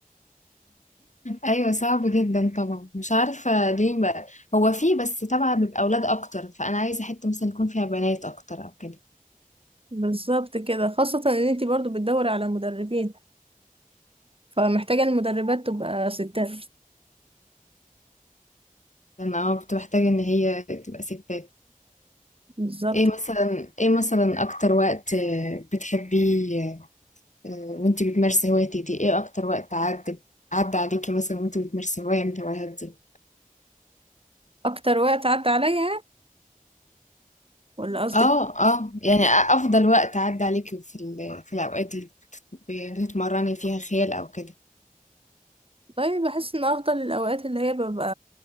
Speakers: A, on the left; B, on the right.
A: ايوه صعب جدا طبعا مش عارفه ليه بقى هو فيه بس طبعا بيبقى اولاد اكتر فانا عايزه حته مثلا يكون فيها بنات اكتر او كده
B: بالظبط كده خاصة إن انت برضو بتدوري على مدربين فمحتاجة المدربات تبقى ستات
A: لان انا اه كنت محتاجه ان هي تبقى ستات
B: بالظبط
A: ايه مثلا ايه مثلا اكتر وقت آه، بتحبيه آه، وانتي بتمارسي هوايتك دي ايه اكتر وقت عدى عدى عليكي مثلا وانتي بتمارسي هوايه من الهوايات دي
B: اكتر وقت عدى عليا ولا قصدك
A: اه اه يعني افضل وقت عدى عليكي في ال- في الاوقات اللي بتتمرني فيها خيال او كده
B: طيب بحس ان افضل الاوقات اللي هي ببقى